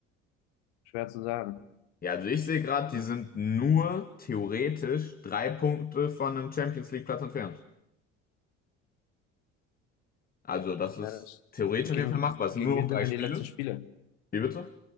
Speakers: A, on the left; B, on the left.
A: schwer zu sagen.
B: Ja, also ich sehe gerade,
A: Ja,
B: die sind nur theoretisch drei Punkte von einem Champions League Platz entfernt. Also das ist
A: das,
B: theoretisch
A: gegen,
B: auf jeden Fall machbar. Es
A: gegen
B: sind nur
A: wen
B: noch drei
A: sind denn
B: Spiele.
A: die letzten Spiele?
B: Wie bitte?